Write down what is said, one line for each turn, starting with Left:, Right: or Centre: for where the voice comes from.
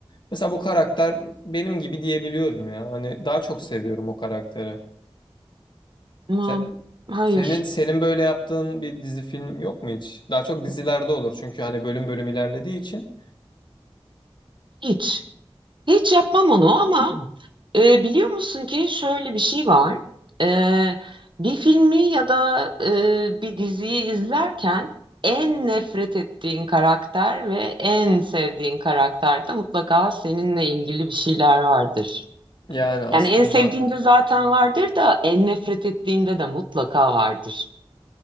Left: Mesela bu karakter benim gibi diyebiliyorum ya. Hani daha çok seviyorum o karakteri.
Right: ama
Left: Se-
Right: hayır.
Left: senin senin böyle yaptığın bir dizi film yok mu hiç? Daha çok dizilerde olur çünkü hani bölüm bölüm ilerlediği için.
Right: Hiç. Hiç yapmam onu ama
Left: <clears throat>
Right: e, biliyor musun ki şöyle bir şey var. Ee, bir filmi ya da e, bir diziyi izlerken en nefret ettiğin karakter ve en sevdiğin karakterde mutlaka seninle ilgili bir şeyler vardır.
Left: Yani aslında
Right: Yani en sevdiğinde zaten vardır da en nefret ettiğinde de mutlaka vardır.